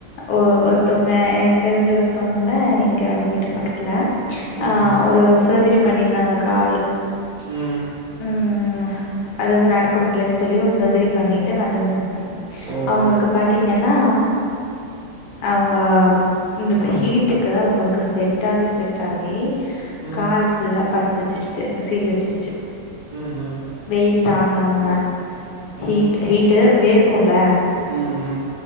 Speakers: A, on the left; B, on the right.
A: ஓ ஒருத்தங்க எனக் தெரிஞ்ச ஒருத்தவங்க இங்க வீட்டு பக்கத்துல.
B: ம் ம்
A: ஆஹ் ஒரு சர்ஜரி. பண்ணியிருந்தாங்க கால்
B: ம்
A: உம் உம்ஹ். அதாவது நடக்க முடியலன்னு சொல்லி ஒரு சர்ஜரிப் பண்ணிட்டு வந்திருந்தாங்க
B: ஓ
A: அவங்களுக்கு
B: ஓ
A: பார்த்தீங் ஏன்னா அவங்க இந்த ஹீட்டுக்கு அவங்களுக்கு ஸ்வெட் ஆகி ஸ்வெட் ஆகி.
B: ம்
A: கால் ஃபுல்லா. பஸ் வச்சிடுச்சு. சீல் வச்சிருச்சு.
B: ம் ம் ம்
A: வெயில் தாங்காம ஹீட்
B: ம்
A: ஹீட் கு வேர்கு போல
B: ம் ம்